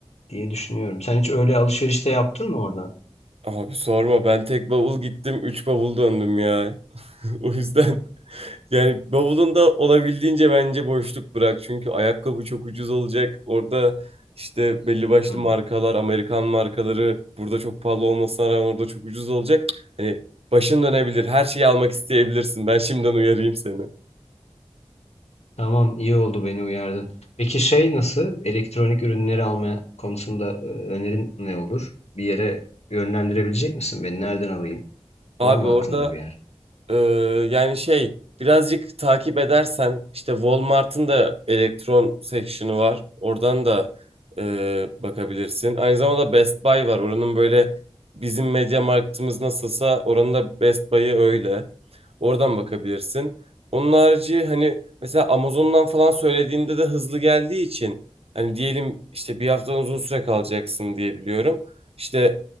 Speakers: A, on the left (about 80°); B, on the right (about 65°).
A: diye düşünüyorum. Sen hiç öyle alışverişte yaptın mı oradan?
B: Abi sorma ben tek bavul gittim 3 bavul döndüm ya. <laughs> O yüzden Yani bavulunda olabildiğince bence boşluk bırak. Çünkü ayakkabı çok ucuz olacak. Orada işte belli başlı
A: Hmm.
B: markalar, Amerikan markaları burada çok pahalı olmasına rağmen orada çok ucuz olacak. Hani başın dönebilir. Her şeyi almak isteyebilirsin. Ben şimdiden uyarayım seni.
A: Tamam, iyi oldu beni uyardın. Peki şey nasıl? Elektronik ürünleri alma konusunda e, önerin ne olur? Bir yere yönlendirebilecek misin beni? Nereden alayım?
B: Abi
A: Var mı
B: orada
A: aklında bir yer?
B: Ee, yani şey birazcık takip edersen işte Walmart'ın da elektron section'ı var. Oradan da e, bakabilirsin. Aynı zamanda Best Buy var. Oranın böyle bizim Media Markt'ımız nasılsa oranın da Best Buy'ı öyle. Oradan bakabilirsin. Onun harici hani mesela Amazon'dan falan söylediğinde de hızlı geldiği için hani diyelim işte bir haftadan uzun süre kalacaksın diye biliyorum. İşte